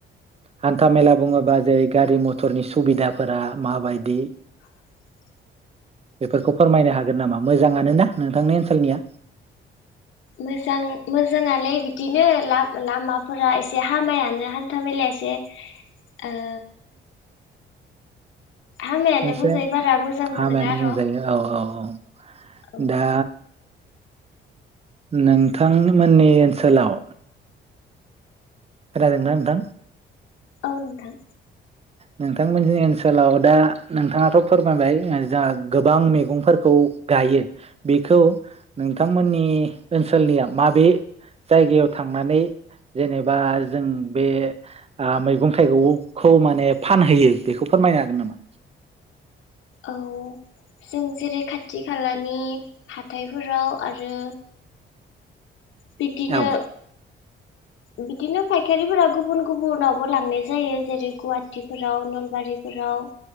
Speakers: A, on the right; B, on the left.
A: हान्था मेला बुङोबा जेरै गारि मथरनि सुबिदाफोरा माबायदि
B: <unintelligible>
A: बेफोरखौ फोरमायनो हागोन नामा मोजाङानो ना नोंथांनि ओनसोलनिया
B: मोजां मोजाङालाय बिदिनो लामाफोरा एसे हामायानो हान्था मेलाया एसे ओ हामायानो
A: एसे
B: बुंजायो बारा मोजांबो
A: हामायानो
B: नङा
A: बुंजायो
B: र'
A: औ औ अह
B: औ
A: दा नोंथांमोननि ओनसोलाव खोनादोंना नोंथां
B: औ नोंथां
A: नोंथांमोननि ओनसोलाव दा नोंथाङाथ' फोरमायबाय जोंहा गोबां मैगंफोरखौ गायो बेखौ नोंथांमोननि ओनसोलनिया माबे जायगायाव थांनानै जेनेबा जों बे मैगं थाइगंखौ माने फानहोयो बेखौ फोरमायनो हागोन नामा?
B: औ जों जेरै खाथि खाथि खालानि हाथायफोराव आरो बिदिनो
A: औ
B: बिदिनो फायखारिफोरा गुबुन गुबुनावबो लांनाय जायो जेरै गुवाहाटिफोराव नलबारिफोराव